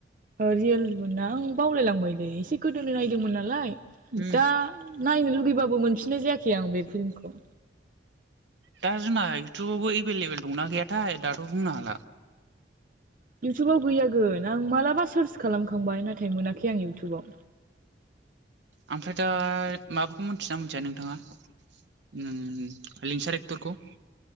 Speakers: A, on the right; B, on the right.
A: ओ रियेलमोना आं बावलायलांबायलै एसे गोदोनो नायदोंमोन नालाय।
B: उम
A: दा नायनो लुगैबाबो मोनफिननाय जायाखै आं बे फिल्मखौ।
B: दा जोंना इउथुबावबो एभेलेबेल दंना गैयाथाय दाथ' बुंनो हाला।
A: इउटुबाव गैयागोन। आं मालाबा सार्च खालामखांबाय नाथाय मोनाखै आं इउटुबाव।
B: ओमफ्राय दा माबाखौ मोनथिना मोनथिया नोंथाङा? उम लिंसार एक्टरखौ